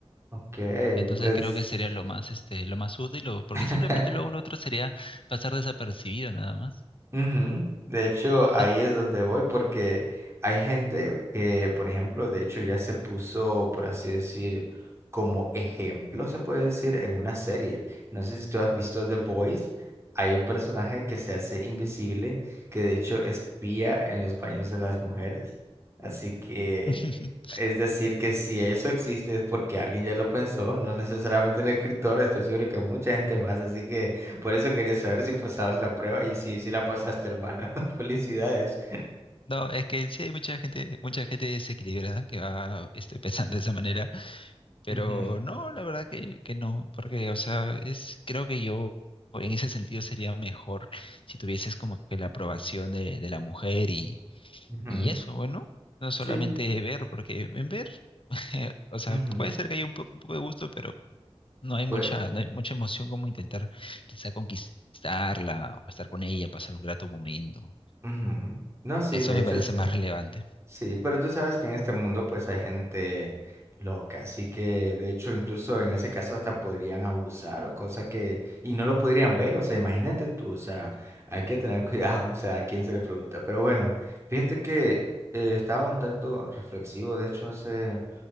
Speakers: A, on the right; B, on the left.
A: Ok,
B: Entonces
A: pues...
B: creo que sería lo más, este, lo más útil, o- porque
A: <laughs>
B: simplemente luego lo otro sería pasar desapercibido nada más.
A: Ujú. De hecho, ahí
B: Y-
A: es donde voy porque hay gente que, por ejemplo, de hecho ya se puso, por así decir, como ejemplo, se puede decir, en una serie. No sé si tú has visto The Boys. Hay un personaje que se hace invisible, que de hecho espía en los baños de las mujeres. Así que,
B: <laughs>
A: es decir, que si eso existe es porque alguien ya lo pensó, no necesariamente el escritor, estoy seguro que mucha gente más. Así que... Por eso quería saber si pasabas la prueba y sí, sí la pasaste, hermano. <laughs> Felicidades.
B: No, es que sí hay mucha gente, mucha gente desequilibrada que va, este, <laughs> pensando de esa manera. Pero
A: Ujú,
B: no, la verdad que, que no, porque, o sea, es, creo que yo en ese sentido sería mejor si tuvieses como que la aprobación de, de la mujer y,
A: ujú,
B: y eso, bueno, no solamente
A: Sí.
B: ver, porque en ver, <laughs> o sea,
A: ujú,
B: puede ser que haya un, po- un poco de gusto, pero no hay
A: Pues,
B: mucha, no hay mucha emoción como intentar quizá conquistarla o estar con ella, pasar un grato momento.
A: ujú. No, sí,
B: Eso
A: de
B: me
A: hecho
B: parece
A: sí.
B: más relevante.
A: Sí, pero tú sabes que en este mundo pues hay gente loca, así que de hecho incluso en ese caso hasta podrían abusar o cosa que y no lo podrían ver, o sea, imagínate tú, o sea, hay que tener <laughs> cuidado, o sea, a quién se le pregunta. Pero bueno, fíjate que eh, estaba un tanto reflexivo, de hecho hace